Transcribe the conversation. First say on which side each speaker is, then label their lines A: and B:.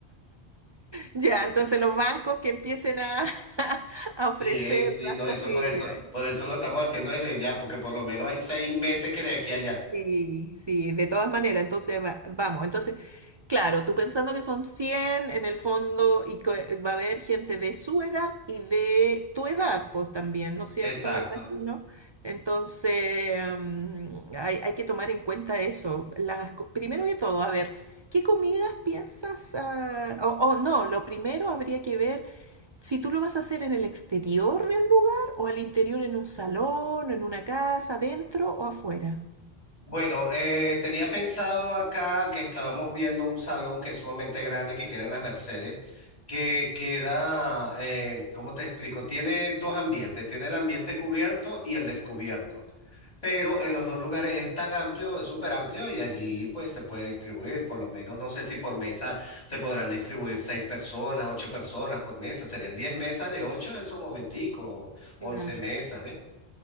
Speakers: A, on the right; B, on the left.
A: Ya, entonces los bancos que empiecen a, <laughs> a
B: Sí,
A: ofrecer
B: eh, sí, no,
A: las posibilidades.
B: eso por eso, por eso lo estamos haciendo desde ya, porque por lo menos hay seis meses que de aquí a allá.
A: Sí, sí, de todas maneras, entonces va- vamos, entonces, claro, tú pensando que son 100 en el fondo y que va a haber gente de su edad y de tu edad, pues también, ¿no es cierto?
B: Exacto.
A: Me imagino. Entonces, mm, hay, hay que tomar en cuenta eso. Las, co- primero que todo, a ver, ¿qué comidas piensas? ah, o o no, lo primero habría que ver... Si tú lo vas a hacer en el exterior de un lugar o al interior en un salón, en una casa, adentro o afuera.
B: Bueno, eh, tenía pensado acá que estábamos viendo un salón que es sumamente grande que queda en las Mercedes, que queda, eh, ¿cómo te explico? Tiene dos ambientes, tiene el ambiente cubierto y el descubierto, pero en los dos lugares es tan amplio, es súper amplio y allí pues se puede distribuir, por lo menos no sé si por mesa se podrán distribuir seis personas, ocho personas por mesa, serían diez mesas de ocho en su momentico, once
A: Claro.
B: mesas, ¿ves?